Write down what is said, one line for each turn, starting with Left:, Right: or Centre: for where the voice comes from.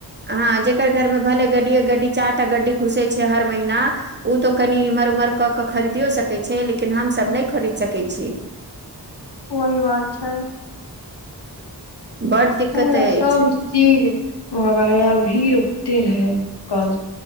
Right: हँ जेकर घरमे भले गड्डीए गड्डी चार टा गड्डी घुसे छै हर महीना तो कनि इम्हर इमर कऽ के खरीदियो सकै छै लेकिन हम सब नहि खरीद सकैत छीय
Left: वही बात छै
Right: बड दिक्कतइ
Left: पूरा सब
Right: अछि
Left: चीज मगड़े भी रुकते रहै कल